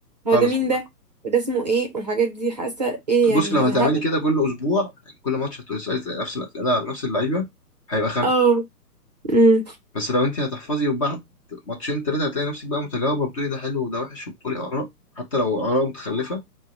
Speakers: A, on the right; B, on the left.
A: هو
B: خالص
A: ده مين
B: والله
A: ده وده اسمه إيه والحاجات دي حاسة إيه
B: بصي
A: يعني
B: لو هتعملي
A: هزهقه
B: كده كل اسبوع يعني كل ماتش هتسالي نفس الاسئله على نفس اللعيبه هيبقى خنقه
A: اه امم
B: بس لو انت هتحفظي وبعد ماتشين ثلاثه هتلاقي نفسك بقى متجاوبه بتقولي ده حلو وده وحش وبتقولي اراء حتى لو اراء متخلفه